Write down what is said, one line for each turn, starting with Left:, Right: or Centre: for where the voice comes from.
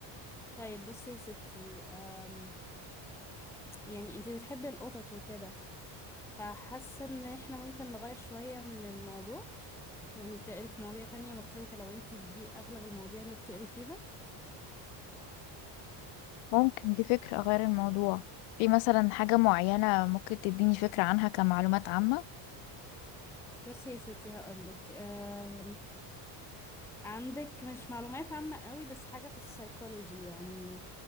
Centre: طيب بصي يا ستي آم يعني انتي بتحبي القطط وكده فحاسة ان احنا ممكن نغير شوية من الموضوع يعني تقري في مواضيع تانية مختلفة لو انتي دي اغلب المواضيع اللي بتقري فيها
Left: ممكن دي فكرة أغير الموضوع في مثلا حاجة معينة ممكن تديني فكرة عنها كمعلومات عامة
Centre: بصي يا ستي هقولك آم عندك مش معلومات عامة قوي بس حاجة في السيكولوجي يعني